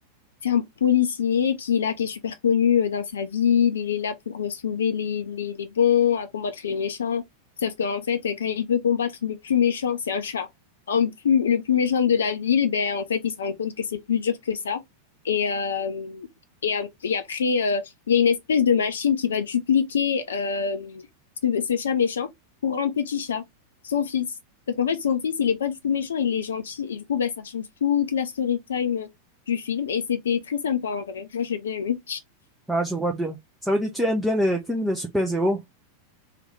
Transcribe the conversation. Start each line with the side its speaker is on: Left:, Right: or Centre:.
Left: C'est un policier qui est là, qui est super connu euh, dans sa ville. Il est là pour euh, sauver les, les, les bons, à combattre les méchants. Sauf qu'en fait, euh, quand il veut combattre le plus méchant, c'est un chat. un plus, le plus méchant de la ville, ben, en fait, il se rend compte que c'est plus dur que ça. Et, euh, et, ap- et après, euh, il y a une espèce de machine qui va dupliquer euh, ce, ce chat méchant pour un petit chat, son fils. Sauf qu'en fait, son fils, il est pas du tout méchant, il est gentil. Et du coup, ben, ça change toute la story time du film et c'était très sympa en vrai. Moi, j'ai bien aimé.
Centre: Ah, je vois bien. Ça veut dire que tu aimes bien les films de super-héros.